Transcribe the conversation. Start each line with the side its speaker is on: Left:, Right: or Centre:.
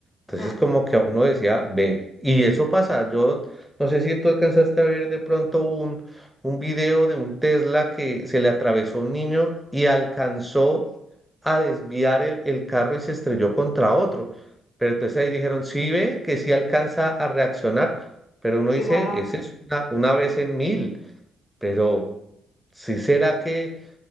Centre: Entonces
Left: mm,
Centre: como que a uno decía, ve, y eso pasa. Yo no sé si tú alcanzaste a ver de pronto un, un video de un Tesla que se le atravesó un niño y alcanzó a desviar el, el carro y se estrelló contra otro. Pero entonces ahí dijeron, sí ve, que sí alcanza a reaccionar. Pero uno
Left: sí,
Centre: dice,
Left: bueno,
Centre: ese es una, una vez en mil. Pero si será que